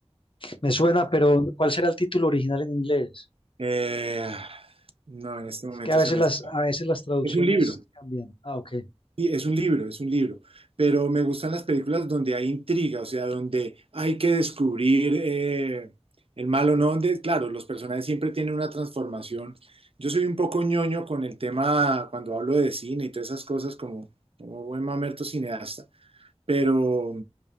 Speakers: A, on the left; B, on the right.
A: Me suena, pero ¿cuál será el título original en inglés?
B: Eh, no, en este momento
A: Es que a veces
B: se me
A: las, a veces las traducciones
B: Es un libro,
A: cambian. Ah, ok.
B: sí, es un libro, es un libro, pero me gustan las películas donde hay intriga, o sea, donde hay que descubrir eh, el malo, no donde, claro, los personajes siempre tienen una transformación. Yo soy un poco ñoño con el tema cuando hablo de cine y todas esas cosas como, como buen mamerto cineasta, pero,